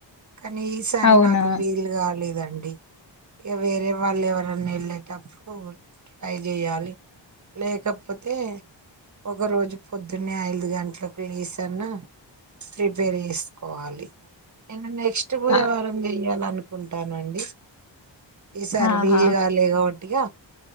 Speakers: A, on the right; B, on the left.
A: కానీ ఈసారి
B: అవునా
A: నాకు వీలు కాలేదండి ఇక వేరే వాళ్ళు ఎవరన్నా వెళ్ళేటప్పుడు ట్రై చేయాలి లేకపోతే ఒక రోజు పొద్దున్న ఐదు గంటలకు లేసి అన్నా ప్రిపేర్ చేసుకోవాలి ఫాస్ట్ బుధవారం
B: ఆ,
A: చెయాలను కుంటానండి ఈసారి
B: ఆహా
A: వీలుగలే గా కాబట్టి ఇగ